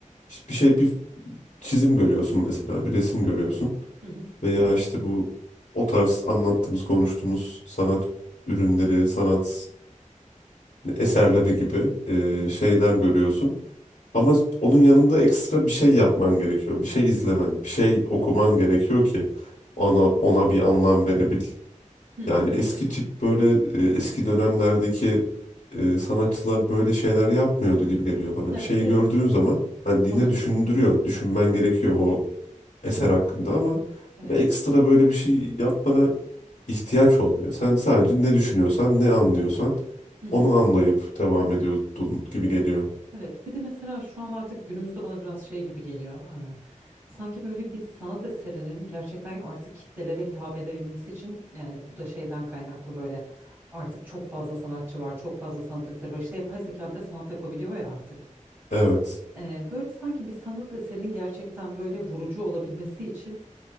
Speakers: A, on the left; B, on the right.
A: işte bir şey bir çizim görüyorsun mesela bir resim görüyorsun
B: Hı hı.
A: veya işte bu o tarz anlattığımız konuştuğumuz sanat ürünleri sanat eserleri gibi eee,
B: Evet.
A: şeyler görüyorsun. Ama onun yanında ekstra bir şey yapman gerekiyor. Bir şey izlemen, bir şey okuman gerekiyor ki ona, ona bir anlam verebil.
B: Hı hı.
A: Yani eski tip böyle e, eski dönemlerdeki e, sanatçılar böyle şeyler yapmıyordu gibi geliyor bana.
B: Ya
A: Bir şeyi
B: bir de
A: gördüğün zaman hani yine
B: bana
A: düşündürüyor, düşünmen gerekiyor o eser
B: hı hı.
A: hakkında ama
B: Evet.
A: böyle ekstra böyle bir şey yapmana ihtiyaç olmuyor. Sen sadece
B: Evet.
A: ne düşünüyorsan, ne anlıyorsan
B: Hı hı.
A: onu anlayıp devam ediyordun gibi geliyor.
B: Evet, bir de mesela şu an artık günümüzde bana biraz şey gibi geliyor. eee, sanki böyle bir sanat eserinin gerçekten artık kitlelere hitap edebilmesi için yani bu da şeyden kaynaklı böyle artık çok fazla sanatçı var, çok fazla sanat eseri var. İşte yapay zeka bile sanat yapabiliyor ya artık.
A: Evet.
B: Eee, böyle sanki bir sanat eserinin gerçekten böyle vurucu olabilmesi için